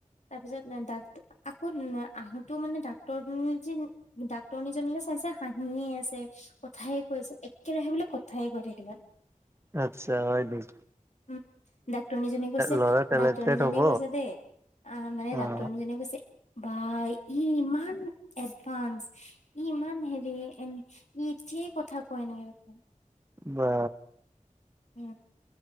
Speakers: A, on the left (about 60°); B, on the right (about 20°).
A: তাৰপিছত ডাক আকৌ আহোতে মানে ডাক্তৰ যে ডাক্তৰনীজনীলৈ চাইছা হাঁহিয়ে আছে, কথায়ে কৈছে, একেৰাহে বোলে কথায়ে কৈ থাক দেখিলা?
B: আচ্ছা, হয় দেখি
A: উ, ডাক্তৰনীজনী কৈছে
B: ল'ৰা টেলেণ্টেড
A: ডাক্তৰনীজনী
B: হ'ব
A: কৈছে দেই। আ, মানে
B: অ
A: ডাক্তৰনীজনীয়ে কৈছে বা ই ইমান এডভান্স। ই ইমান হেৰি এ, ই এতিয়াই কথা কয় এনেকে
B: বা।
A: উম।